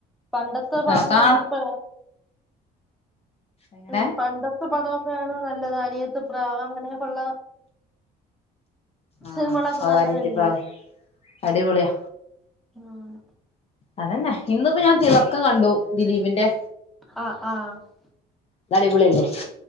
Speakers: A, in the centre; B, on the left.
A: പണ്ടത്തെ പടം
B: ആ കാ
A: തന്നെ ഇപ്പ
B: എങ്ങനെ
A: ഉം പണ്ടത്തെ പടൊക്കെയാണ് നല്ലത് അനിയത്ത് പ്രാവ് അങ്ങനെയൊക്കെള്ള
B: ആഹ്
A: സിനിമകളൊക്കെ
B: അത്
A: നല്ലതല്ലേ
B: അനിത്തിപ്രാവ് അടിപൊളിയ
A: ആഹ്
B: അതെന്നെ ഇന്നിപ്പോ ഞാൻ തിളക്കം കണ്ടു ദിലീപിന്റെ
A: ആഹ് ആഹ്
B: തടിപൊളില്ലേ